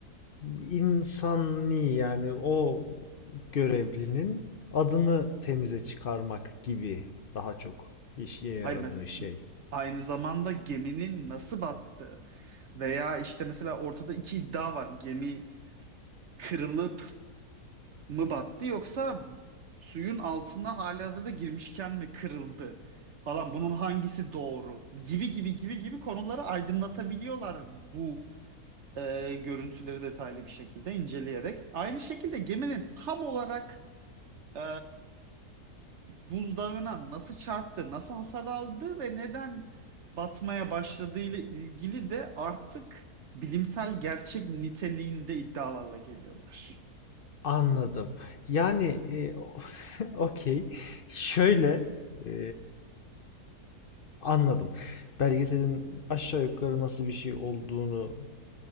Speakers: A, on the left; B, on the right.
A: insani yani o görevlinin adını temize çıkarmak gibi daha çok işe yaradığı
B: Hayır mesela
A: şey.
B: aynı zamanda geminin nasıl battığı veya işte mesela ortada iki iddia var. Gemi kırılıp mı battı yoksa suyun altına halihazırda girmişken mi kırıldı falan bunun hangisi doğru gibi gibi gibi gibi konuları aydınlatabiliyorlar bu e, görüntüleri detaylı bir şekilde inceleyerek. Aynı şekilde geminin tam olarak e, buzdağına nasıl çarptı, nasıl hasar aldı ve neden batmaya başladığı ile ilgili de artık bilimsel gerçek niteliğinde iddialarla geliyorlar.
A: Anladım. Yani e, <laughs> okey. Şöyle e, anladım. Belgeselin aşağı yukarı nasıl bir şey olduğunu